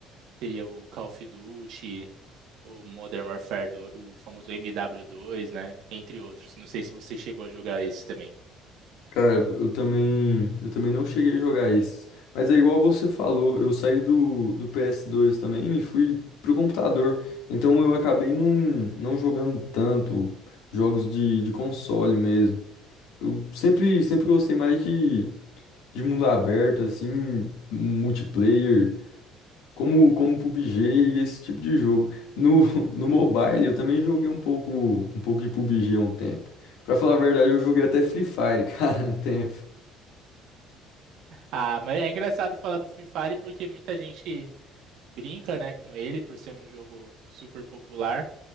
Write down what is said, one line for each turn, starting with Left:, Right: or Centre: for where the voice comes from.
Right: Seria o Call of Duty, o Modern Warfare, do, o famoso MW2, né? Entre outros. Não sei se você chegou a jogar esses também.
Left: Cara, eu também, eu também não cheguei a jogar esses. Mas é igual você falou, eu saí do, do PS2 também e fui pro computador. Então eu acabei não, não jogando tanto jogos de, de console mesmo. Eu sempre, sempre gostei mais de, de mundo aberto, assim, multiplayer, como, como PUBG e esse tipo de jogo. No, <laughs> no mobile eu também joguei um pouco, um pouco de PUBG há um tempo. Pra falar a verdade, eu joguei até Free Fire, <laughs> cara, um tempo.
Right: Ah, mas é engraçado falar do Free Fire porque muita gente brinca, né, com ele por ser um jogo super popular,